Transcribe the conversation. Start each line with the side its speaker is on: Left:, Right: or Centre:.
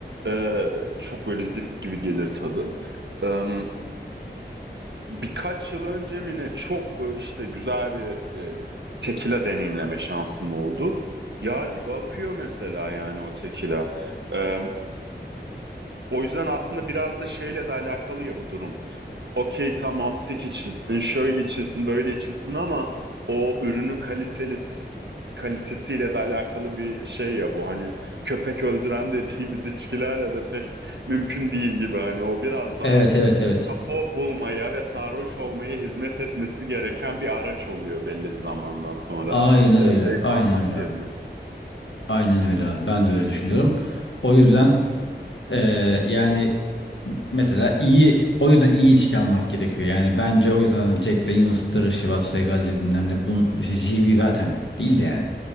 Right: Ee, çok böyle zift gibi gelir tadı. Ee, birkaç yıl önce mi ne çok e, işte güzel bir e, tekila deneyimleme şansım oldu. Yağ gibi akıyor mesela yani o tekila. E, o yüzden aslında biraz da şeyle de alakalı ya bu durum. Okey tamam sik içilsin, şöyle içilsin, böyle içilsin ama o ürünün kaliteli kalitesiyle de alakalı bir şey ya bu. Hani köpek öldüren <laughs> dediğimiz içkilerle de pek mümkün değil gibi. Hani o biraz daha
Left: Evet evet evet.
Right: kafa bulmaya ve sarhoş olmaya hizmet etmesi gereken bir araç oluyor belli bir zamandan sonra.
Left: Aynen
Right: E,
Left: öyle.
Right: zevk
Left: Aynen
Right: almak
Left: öyle
Right: yerine.
Left: abi. Aynen öyle abi. Ben de öyle düşünüyorum. O yüzden eee, yani mesela iyi o yüzden iyi içki almak gerekiyor. Yani bence o yüzden zaten Jack Daniels'tır, Chivas Regal'dir bilmem ne. Bun, işte GB zaten değil de yani.